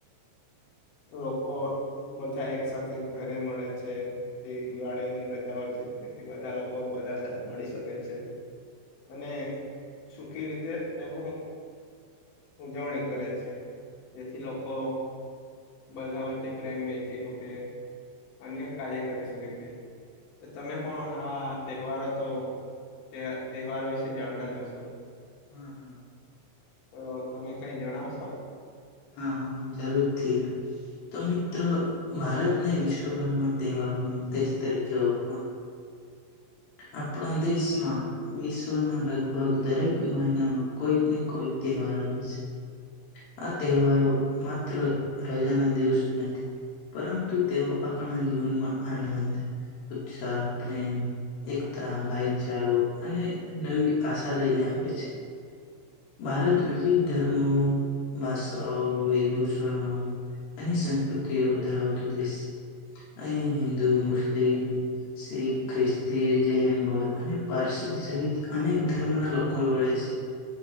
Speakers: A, on the left (about 70°); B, on the left (about 85°).
A: લોકોકો. બધા એક સાથેથ ઘરે મળે છે દિવાળીની રજા હોય છે બધા લોકો બધા સાથે મળી શકે છે. અને સુખી રીતે તેનું. ઉજવણી કરે છે જેથી લોકો. બધા વચ્ચે પ્રેમ વેચી શકે. અન્ય કાર્ય કરી શકે છે તમે પણ. હા, તહેવારો તો, ત તહેવારો વિશે જાણતા જ હશો.
B: હા હા
A: અહ તમે કઈ જણાવશો?
B: હા, હા જરૂરથી. તો મિત્ર, ભારતને વિશ્વભરમાં તહેવારનું દેશ તરીકે ઓ આપણા દેશમાં વિશ્વના લગભગ દરેક મહિનામાં કોઈક ને કોઈક તહેવાર આવે સે. આ તહેવારો માત્ર રજાના દિવસો જ નથી. પરંતુ તેઓ આપણા જીવનમાં આનંદ, ઉત્સાહ, પ્રેમ એકતા, ભાઈચારો અને નવી આશા લઈને આવે છે. ભારત વિવિધ ધર્મો, ભાષાઓ, વિભૂષણ અને સંસ્કૃતિઓ ધરાવતો દેશ છે. અહીં હિન્દુ, મુસ્લિમ શીખ, ખ્રિસ્તી, જૈન, બૌદ્ધ અને પારસી સહિત અનેક ધર્મના લોકો રહે સે.